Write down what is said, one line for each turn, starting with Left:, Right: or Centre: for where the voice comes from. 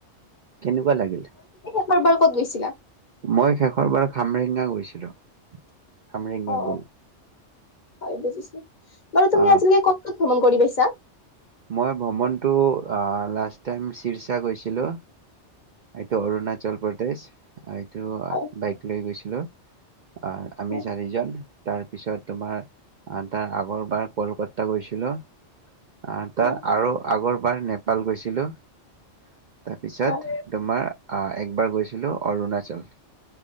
Right: কেনেকুৱা লাগিল?
Left: তাৰ পৰা ক'ত গৈছিলা?
Right: মই শেষৰ বাৰ খামৰেঙা গৈছিলো। খনৰেঙা
Left: অ
Right: বিল।
Left: হয় বুজিছো। বাৰু তুমি
Right: অ
Left: আজিলৈকে ক'ত ক'ত ভ্ৰমণ কৰি পাইছা?
Right: মই ভ্ৰমণটো লাষ্ট টাইম চিৰচা গৈছিলোঁ। এইটো অৰুণাচল প্ৰদেশ, হয়। এইটো
Left: হয়
Right: বাইক লৈ গৈছিলো। অ, আমি
Left: হয়
Right: চাৰিজন। তাৰপিছত তোমাৰ আহ তাৰ আগৰবাৰ কলকাতা গৈছিলো। অ', তাৰ
Left: হয়
Right: আৰু আগৰবাৰ নেপাল গৈছিলো। তাৰপিছত,
Left: হয়
Right: তোমাৰ আহ একবাৰ গৈছিলোঁ অৰুণাচল।